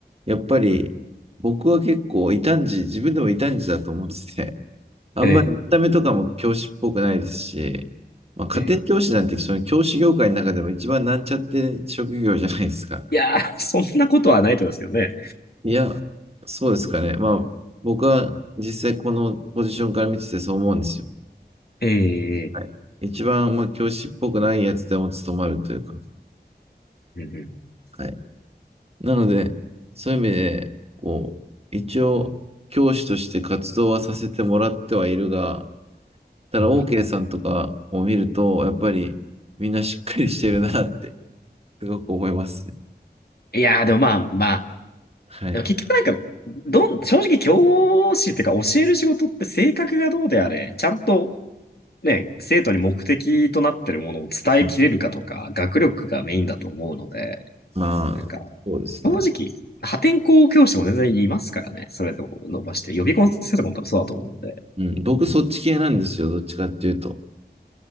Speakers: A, on the right (about 35°); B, on the left (about 65°).
A: やっぱり僕は結構異端児、自分でも異端児だと思ってて、あんまり見た目とかも教師っぽくないですし、
B: ええ、
A: まあ、家庭教師なんてその教師業界の中でも一番なんちゃって職業じゃないですか。
B: ええ。いやー、そんなことはないと思いますけどね。
A: いや、そうですかね。まあ、僕は実際このポジションから見ててそう思うんですよ。
B: ええ、ええ、
A: はい。一番、まあ、教師っぽくないやつでも務まるというか。
B: うん
A: はい。なので、そういう意味で、こう、一応、教師として活動はさせてもらってはいるが、ただ、
B: うん。
A: OK さんとかを見ると、やっぱり、みんなしっかりしてるなって、すごく思いますね。
B: いやー、でもまあまあ、
A: はい。
B: でも結局なんか、どん、正直教師っていうか教える仕事って性格がどうであれ、ちゃんとね、生徒に目的となってるものを伝えきれるかとか、
A: はい
B: 学力がメインだと思うので、
A: まあ、
B: なんか、
A: そうですね。
B: 正直、破天荒教師も全然いますからね。それでも伸ばして。予備校の先生とかも多分そうだと思うんで。
A: うん、僕、そっち系なんですよ。どっちかっていうと。